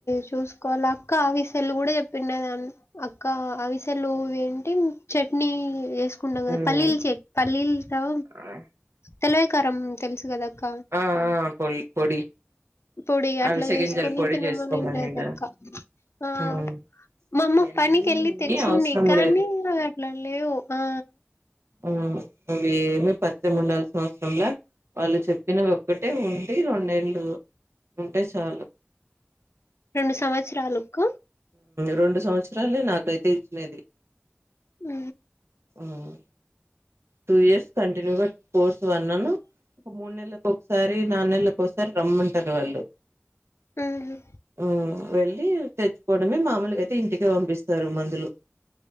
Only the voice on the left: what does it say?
చూసుకోవాలి అక్క ఆవిసెల్లు కూడా చెప్పండదాన్ని అక్క అవిసెలు ఏంటి చట్నీ వేసు కుందాం కదా
పల్లీలు చెట్నీ పల్లీలు రా
తెలవకారం తెలుసు కదక్క
పొడి అట్లా
చేసుకొని
తినమనిండలేదక్క
ఆ
మా అమ్మ
పనికి వెళ్ళి తెచ్చింది
కానీ
అట్లా లేవు ఆ
రెండు సంవత్సరాలకు
ఉ
మ్